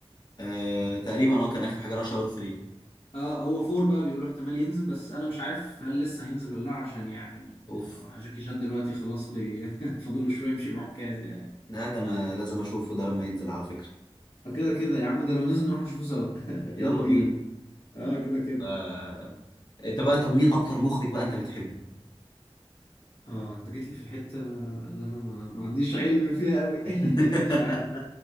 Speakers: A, on the left; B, on the left.
A: آه... تقريبا اه كان اخر حاجه راش اور 3
B: اه هو فور بقى بيقولوا احتمال ينزل بس انا مش عارف هل لسه هينزل ولا لا عشان يعني
A: اوف
B: آه، جاكي شان دلوقتي خلاص بي... <laughs> فاضل له شويه يمشي بعكاز يعني
A: لا ده انا لازم اشوفه ده لما ينزل على فكره
B: فكده كده يا عم ده لو نزل نروح نشوفه سوا <laughs>
A: يلا
B: يلا بينا
A: بينا
B: اه كده كده
A: آه... انت بقى طب مين اكتر مخرج بقى انت بتحبه
B: اه انت جيت لي في الحته اللي انا ما, ما عنديش علم فيها قوي
A: <laughs>
B: <laughs> مش عارف